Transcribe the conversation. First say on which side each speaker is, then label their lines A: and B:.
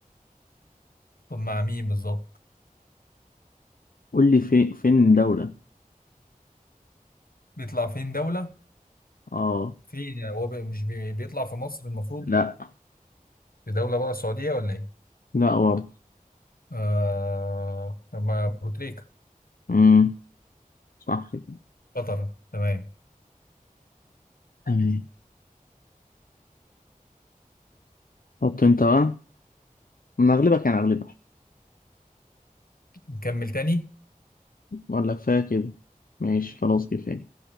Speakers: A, on the left; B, on the left.
A: طب مع مين بالظبط
B: قول لي في فين دولة
A: بيطلع فين دولة
B: اه
A: فين يعني هو بي- مش بي- بيطلع في مصر المفروض
B: لا
A: في دولة بره السعودية ولا إيه
B: لا برضه
A: آه ما أبو تريكة
B: امم صح كده.
A: قطر تمام
B: تمام حط انت بقى انا اغلبك يعني اغلبك
A: نكمل تاني
B: ولا كفايه كده ماشي خلاص كفايه